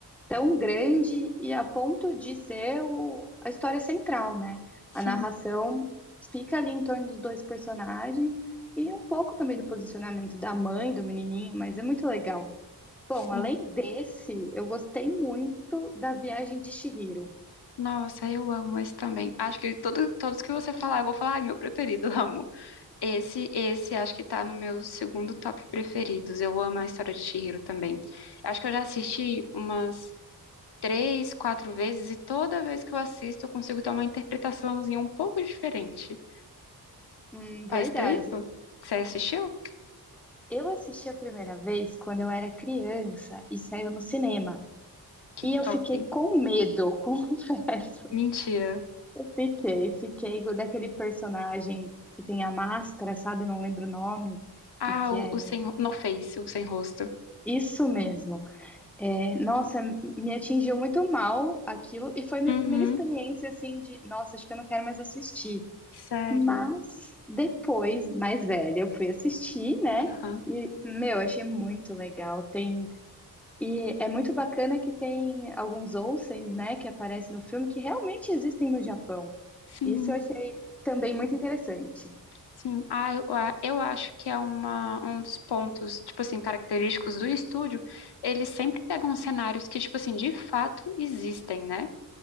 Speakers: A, in the centre; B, on the left (about 75°).
A: tão grande e a ponto de ser o- a história central, né?
B: Sim,
A: A narração fica ali em torno dos dois personagens e um pouco também do posicionamento da mãe, do menininho, mas é muito legal. Bom,
B: sim.
A: além desse, eu gostei muito da Viagem de Chihiro.
B: Nossa, eu amo esse também. Acho que todo, todos que você falar, eu vou falar, ai, meu preferido, <laughs> amo. Esse, esse acho que tá no meu segundo top preferidos. Eu amo a história de Chihiro também. Acho que eu já assisti umas três, quatro vezes e toda vez que eu assisto eu consigo ter uma interpretaçãozinha um pouco diferente.
A: Hum, verdade.
B: Faz tempo que você assistiu?
A: Eu assisti a primeira vez quando eu era criança e saiu no cinema.
B: Que
A: E eu
B: top.
A: fiquei com medo, <laughs> confesso.
B: Mentira.
A: Fiquei, fiquei daquele personagem que tem a máscara, sabe? Não lembro o nome,
B: Ah,
A: e que
B: o,
A: é
B: o sem, no Face, o sem rosto.
A: isso mesmo. É, nossa, me atingiu muito mal aquilo, e foi minha
B: Uhum.
A: primeira experiência assim de, nossa, acho que eu não quero mais assistir.
B: Sério.
A: Mas depois, mais velha, eu fui assistir, né?
B: Aham.
A: E, meu, achei muito legal. Tem e é muito bacana que tem alguns onsens, né, que aparecem no filme que realmente existem no Japão.
B: Sim,
A: Isso eu achei também muito interessante.
B: sim. Ah, eu, a- eu acho que é uma, um dos pontos, tipo assim, característicos do estúdio. Eles sempre pegam cenários que, tipo assim, de fato existem, né?